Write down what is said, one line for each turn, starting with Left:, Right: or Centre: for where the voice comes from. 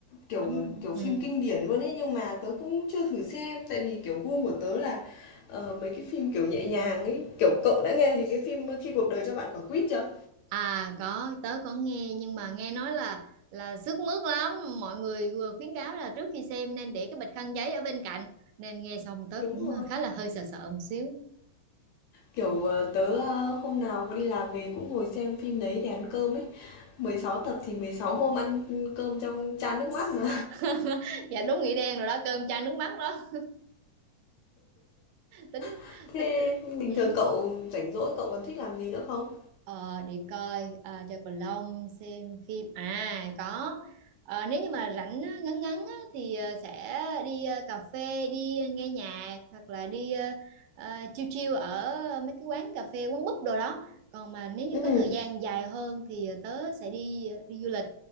Left: Kiểu
Right: đúng rồi.
Left: kiểu
Right: ừ.
Left: phim kinh điển luôn ấy, nhưng mà tớ cũng chưa thử xem, tại vì, kiểu, gu của tớ là, ờ, mấy cái phim, kiểu, nhẹ nhàng ấy. Kiểu, cậu đã nghe thấy cái phim Khi cuộc đời cho bạn quả quýt chưa?
Right: À có tớ có nghe nhưng mà nghe nói là là sức mướt lắm mọi người vừa khuyến cáo là trước khi xem nên để cái bịch khăn giấy ở bên cạnh nên nghe xong tớ
Left: Đúng
Right: cũng
Left: rồi.
Right: khá là hơi sợ sợ một xíu
Left: Kiểu, ờ, tớ, ơ, hôm nào đi làm về cũng ngồi xem phim đấy để ăn cơm ấy. mười sáu tập thì 16 hôm ăn cơm trong chan nước mắt mà.
Right: <laughs> dạ đúng nghĩa đen rồi đó cơm chan nước mắt đó tính
Left: <laughs> Thế
Right: tính
Left: bình
Right: hử?
Left: thường cậu rảnh rỗi cậu còn thích làm gì nữa không?
Right: Ờ, để coi à, chơi cầu lông xem phim à có Ờ, nếu như mà rảnh á, ngắn ngắn á, thì ờ, sẽ đi ờ, cà phê đi nghe nhạc hoặc là đi ờ, ờ, chill chill ở mấy cái quán cà phê quán búp đồ đó còn mà nếu như
Left: Ừm,
Right: có thời gian dài hơn thì ờ, tớ sẽ đi ờ, đi du lịch